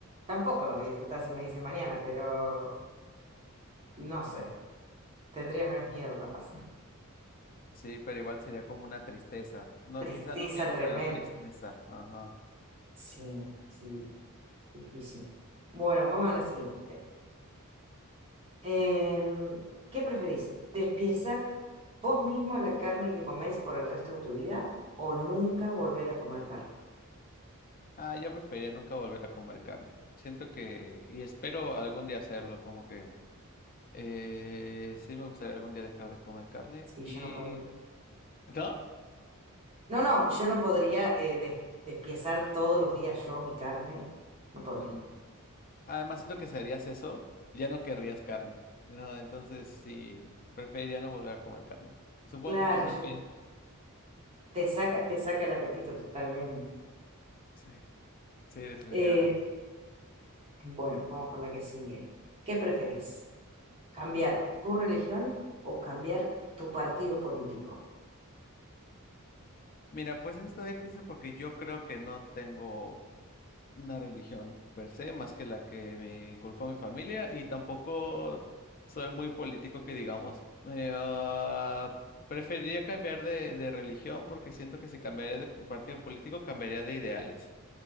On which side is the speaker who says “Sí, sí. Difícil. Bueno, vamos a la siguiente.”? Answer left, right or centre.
Right